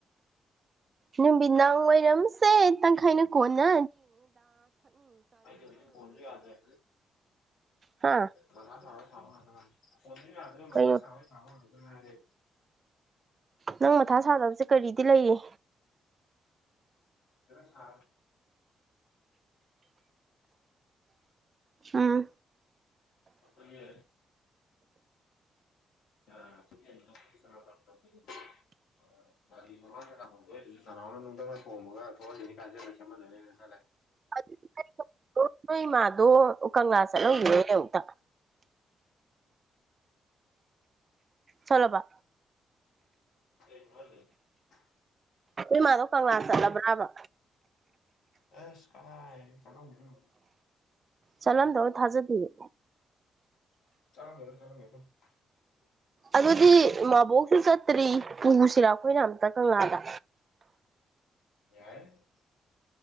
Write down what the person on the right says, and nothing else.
ꯅꯨ ꯅꯨꯃꯤꯅꯥꯎ ꯑꯣꯏꯔꯝꯁꯦ ꯇꯪꯈꯥꯏꯅ ꯀꯣꯟꯅ
ꯍꯥ
ꯀꯩꯅꯣ
ꯅꯪ ꯃꯊꯥ ꯁꯥꯗꯕꯁꯦ ꯀꯔꯤꯗꯤ ꯂꯩꯔꯤ
ꯎꯝ
<unintelligible> ꯅꯣꯏ ꯏꯃꯥꯗꯣ ꯎ ꯀꯪꯂꯥꯁ ꯂꯧꯒꯔ ꯑꯃꯨꯛꯇ ꯁꯂꯕ
ꯏꯃꯥꯗꯣ ꯀꯪꯂꯥ ꯆꯠꯂꯕ꯭ꯔꯥꯕ
ꯆꯠꯂꯝꯗꯕ ꯊꯥꯖꯗꯤꯌꯦ
ꯑꯗꯨꯗꯤ ꯃꯕꯣꯛꯁꯨ ꯆꯠꯇ꯭ꯔꯤ ꯄꯨꯁꯤꯔꯥ ꯑꯩꯈꯣꯏꯅ ꯑꯝꯇ ꯀꯪꯂꯥꯗ